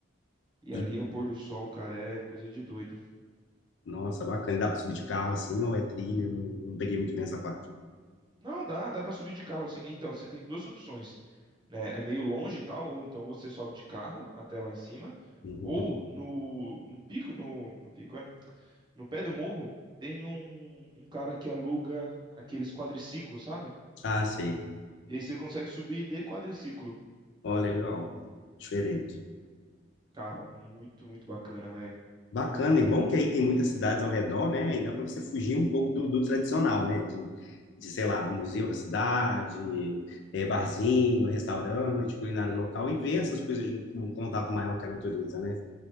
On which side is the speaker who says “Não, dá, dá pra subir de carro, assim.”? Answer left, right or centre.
Right